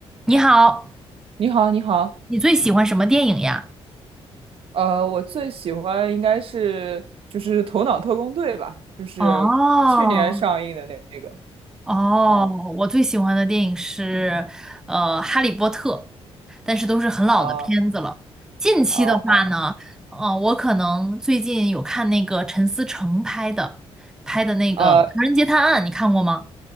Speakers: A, in the centre; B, on the right.
A: 你好，
B: 你好，你好，
A: 你最喜欢什么电影呀？
B: 呃，我最喜欢应该是就是《头脑特工队》吧，就是去年上映的那那个，
A: 哦哦，
B: 嗯
A: 我最喜欢的电影是呃《哈利波特》，但是都是很老的片子了。
B: 啊
A: 近期的话呢，
B: 啊
A: 呃，我可能最近有看那个陈思诚拍的拍的那个《唐人街探案》，
B: 啊，
A: 你看过吗？